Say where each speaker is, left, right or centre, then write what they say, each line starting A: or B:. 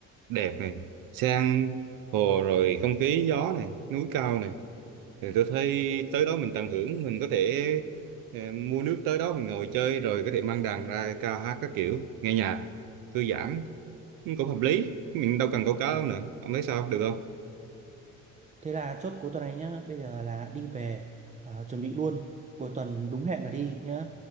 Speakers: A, on the right; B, on the right.
A: đẹp này sang hồ rồi không khí gió này núi cao này thì tôi thấy tới đó mình tận hưởng mình có thể ờ, mua nước tới đó mình ngồi chơi rồi có thể mang đàn ra ca hát các kiểu nghe nhạc thư giãn cũng hợp lý mình đâu cần câu cá đâu nữa ông thấy sao được không
B: thế là chốt cuối tuần này nhá bây giờ là đi về ờ, chuẩn bị luôn cuối tuần đúng hẹn là đi nhá